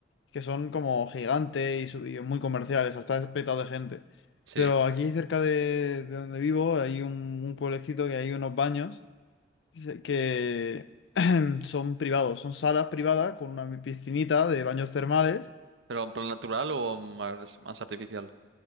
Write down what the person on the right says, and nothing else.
Sí.
¿Pero en plan natural o más, más artificial?